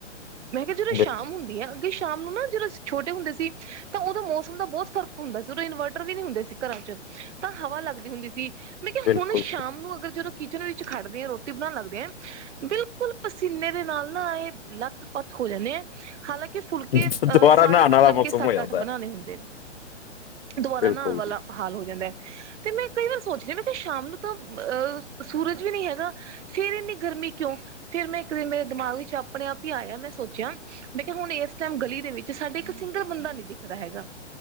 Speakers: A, on the right (about 75°); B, on the left (about 55°).
A: ਮੈਂ ਕਿਹਾ ਜਦੋਂ ਸ਼ਾਮ
B: ਬਿਲ-
A: ਹੁੰਦੀ ਆ, ਅੱਗੇ ਸ਼ਾਮ ਨੂੰ ਨਾ ਜਦੋਂ ਅਸੀ ਛੋਟੇ ਹੁੰਦੇ ਸੀ। ਤਾਂ ਉਦੋਂ ਮੌਸਮ ਦਾ ਬਹੁਤ ਫ਼ਰਕ ਹੁੰਦਾ ਸੀ, ਉਦੋਂ ਇਨਵਰਟਰ ਵੀ ਨੀ ਹੁੰਦੇ ਸੀ, ਘਰਾਂ 'ਚ, ਤਾਂ ਹਵਾ ਲੱਗਦੀ ਹੁੰਦੀ ਸੀ। ਮੈਂ ਕਿਹਾ
B: ਬਿਲਕੁਲ
A: ਹੁਣ ਸ਼ਾਮ ਨੂੰ, ਅਗਰ ਜਦੋਂ ਕਿਚਨ ਵਿੱਚ ਖੜਦੇ ਆ, ਰੋਟੀ ਬਣਾਉਣ ਲੱਗਦੇ ਆ। ਬਿਲਕੁਲ ਪਸੀਨੇ ਦੇ ਨਾਲ ਨਾ, ਆਂਏ ਲੱਥ-ਪੱਥ ਹੋ ਜਾਂਨੇ ਆ, ਹਾਲਾਂਕਿ ਫੁਲਕੇ
B: ਦੁਬਾਰਾ
A: ਅਹ ਸਾਰੇ,
B: ਨਹਾਉਣ
A: ਮਤਲਬ
B: ਵਾਲਾ ਮੌਸਮ
A: ਕਿ ਸੱਤ-ਅੱਠ
B: ਹੋ ਜਾਂਦਾ ਹੈ
A: ਬਣਾਣੇ ਹੁੰਦੇ ਨੇ, ਦੁਬਾਰਾ
B: ਬਿਲਕੁਲ
A: ਨਹਾਣ ਵਾਲਾ
B: ਜੀ
A: ਹਾਲ ਹੋ ਜਾਂਦਾ ਏ, ਤੇ ਮੈਂ ਕਈ ਵਾਰ ਸੋਚਦੀ ਅ, ਮੈਂ ਕਿਹਾ ਸ਼ਾਮ ਨੂੰ ਤਾਂ ਅਹ ਸੂਰਜ ਵੀ ਨੀ ਹੈਗਾ। ਫੇਰ ਇੰਨੀ ਗਰਮੀ ਕਿਉਂ? ਫੇਰ ਮੈਂ ਇੱਕ ਦਿਨ ਮੇਰੇ ਦਿਮਾਗ ਵਿੱਚ ਆਪਣੇ-ਆਪ ਈ ਆਇਆ, ਮੈਂ ਸੋਚਿਆ। ਮੈਂ ਕਿਹਾ ਹੁਣ ਇਸ ਟੈਮ ਗਲੀ ਦੇ ਵਿੱਚ, ਸਾਡੇ ਇੱਕ ਸਿੰਗਲ ਬੰਦਾ ਨੀ ਦਿਖਦਾ ਹੈਗਾ,